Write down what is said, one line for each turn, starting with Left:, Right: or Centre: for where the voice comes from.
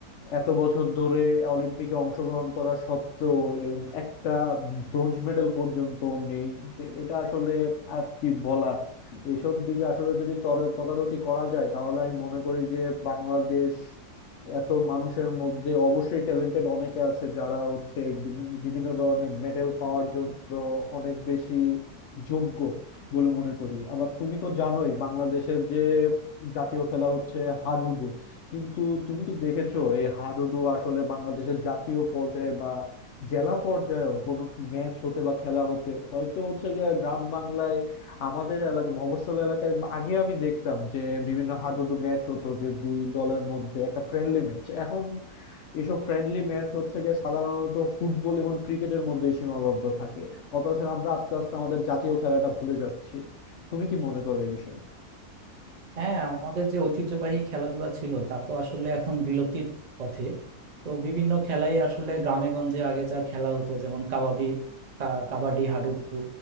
Left: এত বছর ধরে অলিম্পিকে অংশগ্রহণ করা সত্ত্বেও এরম একটা ব্রোঞ্জ মেডেল পর্যন্ত নেই তো এটা আসলে আর কি বলার এসব দিকে আসলে যদি তর- তদারকি করা যায় তাহলে আমি মনে করি যে বাংলাদেশ এত মানুষের মধ্যে অবশ্যই ট্যালেন্টেড অনেকে আছে যারা হচ্ছে বিভি- বিভিন্ন ধরনের মেডেল পাওয়ার জন্য অনেক বেশি যোগ্য বলে মনে করি আবার তুমি তো জানোই বাংলাদেশের যে জাতীয় খেলা হচ্ছে হাডুডু কিন্তু তুমি কি দেখেছো এই হাডুডু আসলে বাংলাদেশের জাতীয় পর্যায়ে বা জেলা পর্যায়ে কোনো ম্যাচ হতে বা খেলা হতে হয়তো হচ্ছে গিয়ে গ্রাম বাংলায় আমাদের এলাকা মফস্বল এলাকায় আগে আমি দেখতাম যে বিভিন্ন হাডুডু ম্যাচ হতো যে দুই দলের মধ্যে একটা ফ্রেন্ডলি ম্যাচ এখন এসব ফ্রেন্ডলি ম্যাচ হচ্ছে গিয়ে সাধারণত ফুটবল এবং ক্রিকেটের মধ্যে সীমাবদ্ধ থাকে অথচ আমরা আস্তে আস্তে আমাদের জাতীয় খেলাটা ভুলে যাচ্ছি তুমি কি মনে করো এই বিষয়ে
Right: হ্যাঁ আমাদের যে ঐতিহ্যবাহী খেলাধুলা ছিল তা তো আসলে এখন বিলুপ্তির পথে তো বিভিন্ন খেলাই আসলে গ্রামে গঞ্জে আগে যা খেলা হতো যেমন কাবাডি কা- কাবাডি হাডুডু